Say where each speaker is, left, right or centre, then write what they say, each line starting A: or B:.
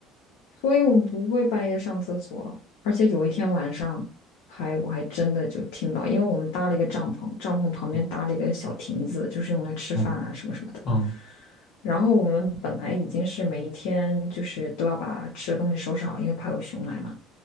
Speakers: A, on the left; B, on the left.
A: 所以我们不会半夜上厕所，而且有一天晚上还我还真的就听到，因为我们搭了一个帐篷，帐篷旁边搭了一个小亭子，
B: 嗯
A: 就是用来吃饭啊什么什么的。
B: 嗯嗯
A: 然后我们本来已经是每一天就是都要把吃的东西收拾好，因为怕有熊来嘛。